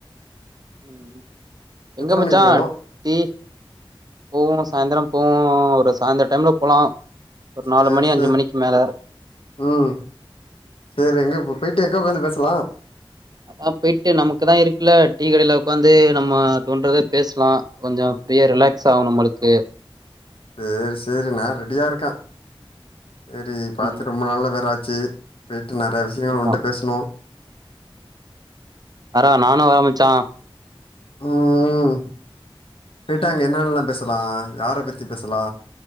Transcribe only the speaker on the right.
ம் எங்க
மச்சான்
டீ போவோ சாயந்திரு போவோ ஒரு சாந்தர டைம்ல போலா ஒரு நாலு
மணி
அஞ்சு மணிக்கு மேல
அதான் போயிட்டு நமக்குதா இருக்குல்ல டீ கடையில உக்காந்து நம்ம தோன்றத பேசலா கொஞ்சோ ஃபீரியா
ரிலாக்ஸா ஆனு நம்ளுக்கு கே
ம்
ம்
ஆமா
ஆற நானு வரமச்சா